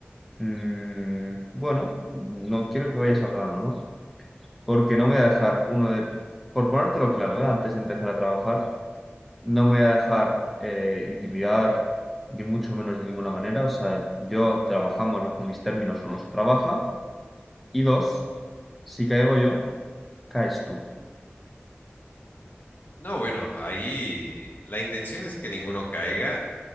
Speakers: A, in the centre; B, on the left.
A: mm, bueno, no quiero que vayas al grano, ¿no? Porque no me voy a dejar uno de... Por ponértelo claro, ¿eh? Antes de empezar a trabajar, no me voy a dejar eh, intimidar, ni mucho menos de ninguna manera. O sea, yo trabajamos bajo mis términos o no se trabaja. Y dos, si caigo yo, caes tú.
B: No, bueno, ahí la intención es que ninguno caiga